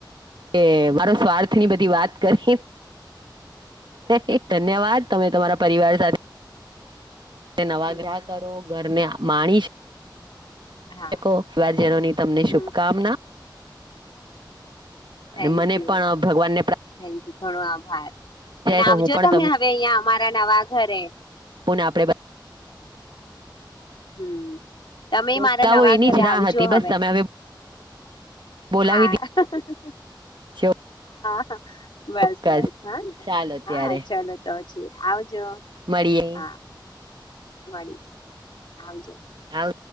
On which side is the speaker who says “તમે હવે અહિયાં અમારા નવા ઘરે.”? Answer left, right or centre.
Left